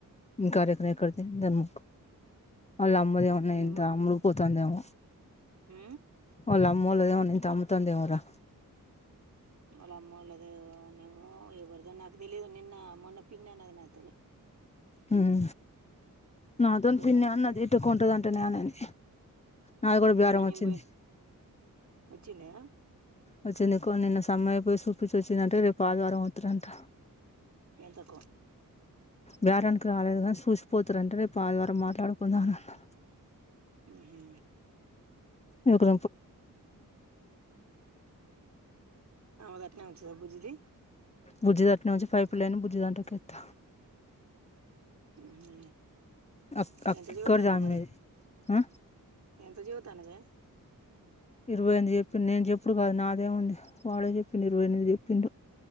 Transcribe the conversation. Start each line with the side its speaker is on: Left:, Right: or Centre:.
Left: ఇ కార్యక్రేతే ధన్ము అల్ అమది ఉన్న
Right: ఏమో
Left: ఎంత అమ్కు తందామ
Right: ఊ
Left: ఓళమ్మళద ఉని తమ్మ తందేవరా
Right: అలా అమ్మ వాళ్దే నవు వర్ద నాకు తెలిదు నిన్న మొన్న పిన్న అన్నద నాతనే
Left: హ్మ్ నాతో పిన్ని
Right: సంగతి
Left: అన్న అది ఇట్టు కొంటంది అంటే ననేని నాకు కూడా బేారం
Right: మొన్న
Left: వచ్చింది
Right: నేను పోయిన వచ్చిండా
Left: వచ్చిందికు నిన్న సమ్మయపోయి చూపించి వచ్చిందంటే రేపు ఆదివారం అవుతారంట
Right: ఎంతకు
Left: వ్యారనికి రాలేదు కానీ చూసిపోతారంటే రేపు ఆదివారం మాట్లాడుకుందా అ
Right: ఉహు
Left: ఇంకు
Right: ద నచ్చ స బుజది
Left: బుజదాంట నుంచి పైప్లైన్ బుజదాంటకి ఎత్త
Right: ఉహు
Left: అ అక్క
Right: ఎంత చదువుతానవ్
Left: జను
Right: మరి
Left: మ
Right: ఎంత చీవుతానువే
Left: ఇరవై ఎనిమిది చెప్పింది నేను చెప్పుడు కాదు నాదేముంది వాళ్డే చెప్పిం ఇరవై ఎనిమిది చెప్పిం